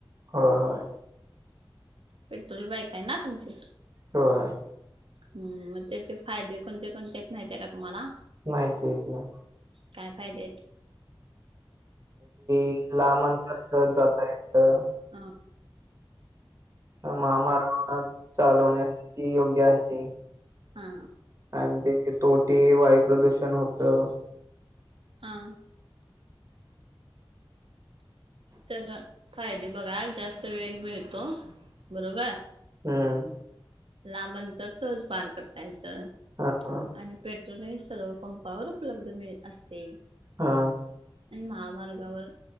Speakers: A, on the right; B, on the right.
A: होय होय
B: पेट्रोल बाईक आहे ना तुमची?
A: होय
B: हम्म, ‌मग त्याचे फायदे कोणते कोणते आहेत माहितीये का तुम्हाला?
A: माहिती हाय की.
B: काय फायदे आहेत?
A: एक लांब अंतर सहज जाता येतं.
B: हा
A: अ महामार्गावर चालवण्यासाठी योग्य आहे ते.
B: हा
A: आणि तेे तोटे वायू प्रदूषण होतं.
B: हा. त्याच फायदे बघाल जास्त वेग मिळतो. बरोबर?
A: हम्म.
B: लांब अंतर सहज पार करता येत.
A: हा हा
B: आणि पेट्रोल हे सर्व पंपावर उपलब्ध मिळ असते.
A: हा
B: आणि महामार्गावर